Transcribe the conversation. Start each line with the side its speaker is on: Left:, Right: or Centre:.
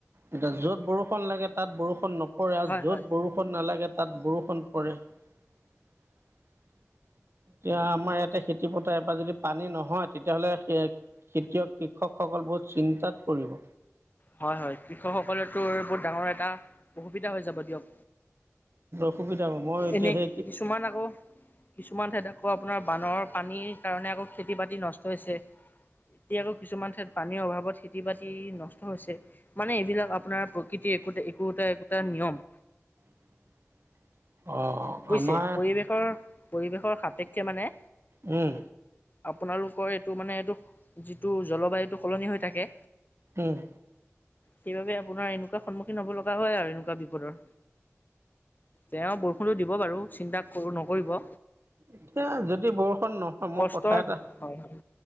Right: এতিয়া য'ত বৰষুণ লাগে তাত বৰষুণ নপৰে। আৰু
Left: হয়
Right: য'ত
Left: হয়।
Right: বৰষুণ নালাগে তাত বৰষুণ পৰে এতিয়া আমাৰ ইয়াতে খেতি পথাৰ বা যদি পানী নহয় তেতিয়াহ'লে সেই খেতিয়ক কৃষকসকল বোৰ চিন্তাত পৰিব
Left: হয় -হয় কৃষকসকললেতো বহুত ডাঙৰ এটা অসুবিধা হৈ যাব দিয়ক
Right: অসুবিধা হ'ব মই এতিয়া
Left: এনে
Right: সেই
Left: কিছুমান আকৌ কিছুমান ঠাইতে আকৌ আপোনাৰ বানৰ পানীৰ কাৰণে আকৌ খেতি বাতি নষ্ট হৈছে এতিয়া আকৌ কিছুমান ঠাইত পানীৰ অভাৱত খেতি-বাতি নষ্ট হৈছে মানে এইবিলাক আপোনাৰ প্ৰকৃতিৰ একো একোটা একোটা নিয়ম
Right: <inaudible>
Left: বুজিছে
Right: আমাৰ
Left: পৰিৱেশৰ পৰিৱেশৰ সাপেক্ষে মানে
Right: উম।
Left: আপোনালোকৰ এইটো মানে এইটো যিটো জলবায়ুটো সলনি হৈ থাকে
Right: উম
Left: সেইবাবে আপোনাৰ এনেকুৱা সন্মুখীন হব লগা হয় আৰু এনেকুৱা বিপদৰ তেওঁ বৰষুণো দিব বাৰু চিন্তা কৰো নকৰিব।
Right: এতিয়া যদি বৰষুণ নহয় মোৰ
Left: কষ্টৰ
Right: কথা এটা
Left: হয় হয়।